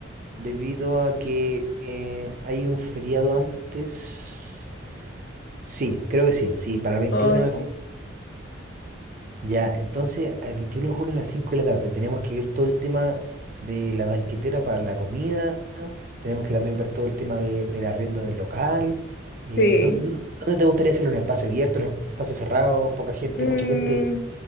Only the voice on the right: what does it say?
debido a que eh, hay un feriado antes. Sí, creo que sí, sí, para el 21
de junio. Ya, entonces el 21 de junio a las 5 de la tarde tenemos que ver todo el tema de la banquetera para la comida, tenemos que también ver todo el tema de, del arriendo del local. eh,
¿dó- dó- ¿dónde, te gustaría hacerlo? ¿En un espacio abierto, en un espacio cerrado, poca gente,
mucha gente?